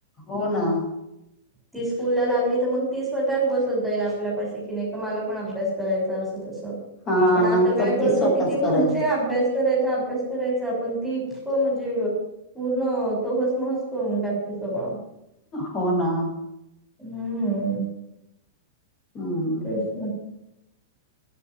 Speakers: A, on the left (about 25°); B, in the centre.
A: हो ना
B: ती स्कूलला लागली तर मग ती स्वतःच बसत जाईल आपल्यापाशी की नाही का मला पण अभ्यास करायचा असं तसं
A: हा
B: पण आता
A: नंतर
B: काय करते
A: स्वतःच
B: ती म्हणते
A: करेल
B: अभ्यास करायचा अभ्यास करायचा पण ती इतकं म्हणजे पूर्ण तोहसमहस करून टाकते सगळं
A: हो ना
B: हम्म
A: हम्म
B: तेच आहे